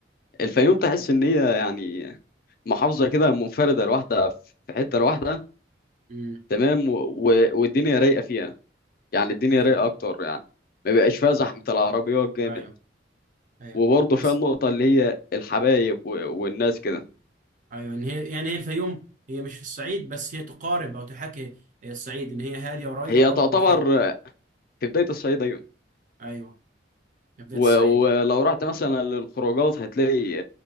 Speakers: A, on the left; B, on the right.
A: الفيوم تحس ان هي يعني محافظه كده منفرده لوحدها في حته لوحدها
B: امم
A: تمام و... و... والدنيا رايقه فيها يعني الدنيا
B: ايوه
A: رايقه اكتر يعني ما بيبقاش فيها زحمه العربيات جامد
B: ايوه ايوه
A: وبرضه فيها
B: بس
A: النقطه اللي هي الحبايب و... والناس كده
B: ايوه ان هي يعني هي الفيوم هي مش في الصعيد بس هي تقارب او تحاكي الصعيد ان هي هاديه ورايقه
A: هي
B: برضه
A: تعتبر
B: فيها
A: في بدايه الصعيد ايوه
B: ايوه يا بدايه
A: و...
B: الصعيد
A: ولو رحت مثلا للخروجات هتلاقي